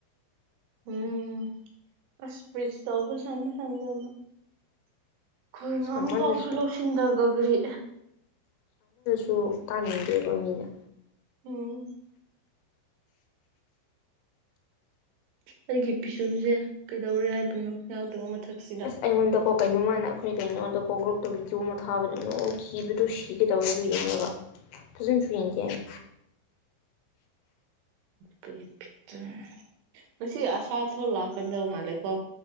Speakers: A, on the right (about 75°); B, on the left (about 80°).
A: ꯎꯝ ꯑꯁ <unintelligible> ꯑꯩꯈꯣꯏ ꯉꯝ
B: ꯁꯥꯡꯃꯜꯂꯁꯨ
A: ꯐꯥꯎꯕꯁꯨ ꯂꯧꯁꯤꯟꯗꯕ ꯒꯔꯤ
B: ꯁꯨ ꯇꯥꯅꯤꯡꯗꯦꯕ ꯃꯤꯅ
A: ꯎꯝ ꯑꯩꯒꯤ ꯄꯤꯁꯨꯝꯁꯦ ꯀꯩꯗꯧꯔꯦ ꯍꯥꯏꯕꯅꯣ ꯌꯥꯎꯗꯕ ꯃꯊꯛꯁꯤꯗ
B: ꯑꯁ ꯑꯩꯉꯣꯟꯗꯀꯣ ꯀꯩꯅꯣꯝ ꯃꯥꯟꯅ ꯑꯩꯈꯣꯏ ꯀꯩꯅꯣꯗ ꯀꯣ ꯒ꯭ꯔꯨꯞꯇ ꯚꯤꯗꯤꯑꯣ ꯑꯃ ꯊꯥꯕꯅꯦ ꯅꯣꯛꯈꯤꯕꯗꯣ ꯁꯤꯒꯦꯇꯧꯋꯦ ꯑꯗꯨ ꯌꯦꯡꯉꯒ ꯐꯖꯅꯁꯨ ꯌꯦꯡꯗꯦ ꯑꯩ
A: ꯀꯔꯤ ꯕꯤꯠꯇ ꯉꯁꯤ ꯑꯍꯥ ꯊꯣꯔ ꯂꯥꯛꯀꯗꯧ ꯃꯥꯜꯂꯦꯀꯣ